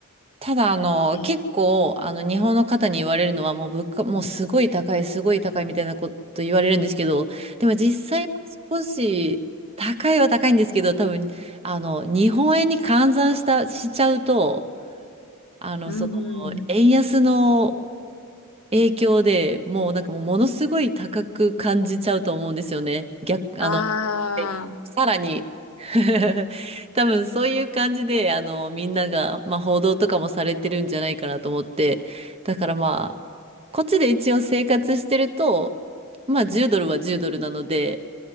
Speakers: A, on the right; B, on the left.
A: ただ、あの、
B: <laughs>
A: 結構、あの、日本の方に言われるのは、もう物価、もうすごい高い、すごい高いみたいなこと言われるんですけど、でも実際は少し高いは高いんですけど、多分、あの、日本円に換算した、しちゃうと、あの、
B: うんうん。
A: その、円安の影響でもうなんかもうものすごい高く感じちゃうと思うんですよね。逆、
B: ああ、
A: あの、さらに <laughs> 多分そういう感じで、あの、みんなが、まあ、報道とかもされてるんじゃないかなと思って、だからまあ、こっちで一応生活してると、まあ、10ドルは10ドルなので、